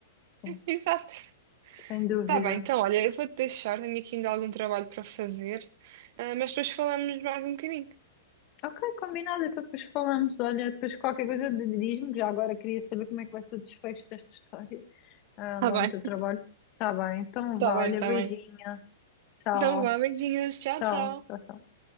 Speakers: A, on the left (about 40°); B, on the right (about 55°).
A: sim,
B: <laughs> Exato.
A: sem dúvida.
B: Tá bem, então olha, eu vou-te deixar, tenho aqui ainda algum trabalho para fazer, ah, mas depois falamos mais um bocadinho.
A: Ok, combinado. Então depois falamos. Olha, depois qualquer coisa de- diz-me. Já agora queria saber como é que vai ser o desfecho desta história, ah,
B: Tá
A: lá
B: bem,
A: no teu trabalho. Tá bem, então
B: tá
A: vá.
B: bem,
A: Olha,
B: tá
A: beijinhos.
B: bem.
A: Tchau,
B: Então, vá, beijinhos. Tchau,
A: tchau,
B: tchau.
A: tchau. tchau.